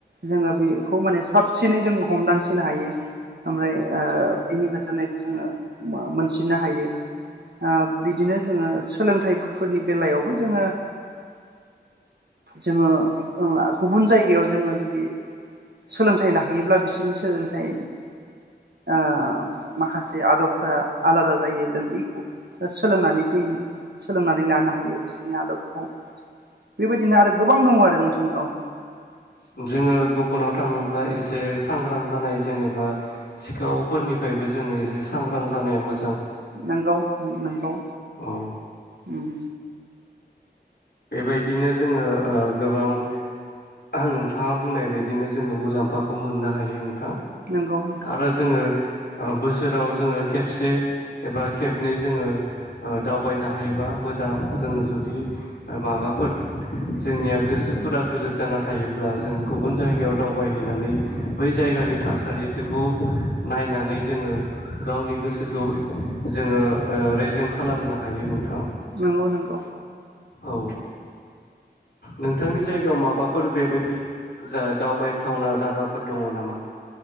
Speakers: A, on the right; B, on the left.
A: जोङो बेखौ माने साबसिनै जों हमदांसिनो हायो ओमफ्राय ओ बिनि गोजोननायखौ जोङो मोनसिननो हायो। ओ बिदिनो जोङो सोलोंथाइफोरनि बेलायावबो जोङो जोङो ओ गुबुन जायगायाव जोङो जुदि सोलोंथाइ लाहैयोब्ला बिसोरनि सोलोंथाइ ओ माखासे आदबफोरा आलादा जायो जों बेखौ। सोलोंनानै फैनो सोलोंनानै लानो हायो बिसोरनि आदबखौ। बेबायदिनो आरो गोबां दङ आरो नोंथां औ।
B: जोङो गुबुनाव थाङोब्ला एसे सांग्रां जानाय जेनेबा सिखावफोरनिफ्रायबो जोङो एसे सांग्रां जानाया मो।
A: नोंगौ-नोंगौ
B: औ
A: उम।
B: बेबायदिनो जोङो ओ गोबां नोंथाङा बुंनाय बायदिनो जोङो मुलाम्फाखौ मोननो हायो नोंथां।
A: नोंगौ नोंथां।
B: आरो जोङो ओ बोसोराव जोङो खेबसे एबा खेबनै जोङो ओ। दावबायनो हायोबा मोजां जोङो जुदि ओ माबाफोर जोंनिया गोसोफोरा गोलोद जाना थायोब्ला जों गुबुन जायगायाव दावबायहैनानै बै जायगानि थासारिजोखौ नायनानै जोङो गावनि गोसोखौ जोङो ओ रेजें खालामनो हायो नोंथां।
A: नंगौ नंगौ।
B: औ नोंथांनि जायगायाव माबाफोर बेबायदि। जा दावबायथावना जागा। फोर दङ नामा।